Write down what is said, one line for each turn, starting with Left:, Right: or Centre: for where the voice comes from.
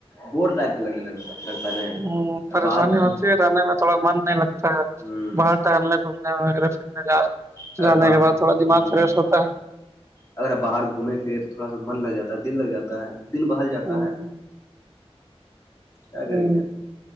Left: بور ٹائپ کے لگ ل لگتا ہے ن
Right: ہ پریشانی
Left: اور باہر گھوم
Right: ہوتی ہے رہنے میں تھوڑا من نہیں لگتا ہے
Left: ہ
Right: باہر ٹہلنے کو وغہ پھرنے
Left: اگر
Right: جانے
Left: باہر
Right: کے بعد تھوڑا دماغ
Left: ہ
Right: فریش ہوتا ہے
Left: اگر باہر گھومے پھرے تو تھوڑا سا من لگ جاتا ہے دل لگ جاتا ہے دل بہل جاتا
Right: ہوں،
Left: ہے کیا
Right: ہوں،
Left: کریں گے